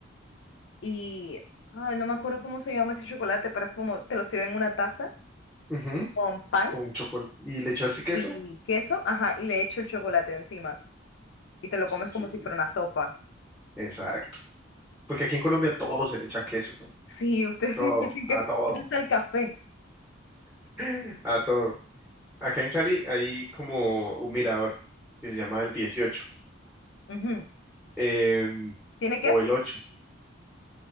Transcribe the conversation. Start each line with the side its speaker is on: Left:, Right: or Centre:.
Left: Y ah, no me acuerdo cómo se llama ese chocolate, pero es como te lo sirven en una taza
Centre: Ujú,
Left: con pan
Centre: Con chocolate. ¿Y le echaste queso?
Left: y queso, ajá, y le echo el chocolate encima. Y te lo
Centre: Sí,
Left: comes
Centre: sí,
Left: como si fuera una sopa.
Centre: exacto. Porque aquí en Colombia todo se le echa queso.
Left: Sí, <laughs> ustedes
Centre: Todo,
Left: sí dicen que
Centre: a todo,
Left: eso está el café.
Centre: <gasps> <laughs> a todo. Acá en Cali hay como un mirador que se llama el dieciocho
Left: Ujú.
Centre: em,
Left: ¿Tiene queso?
Centre: o el ocho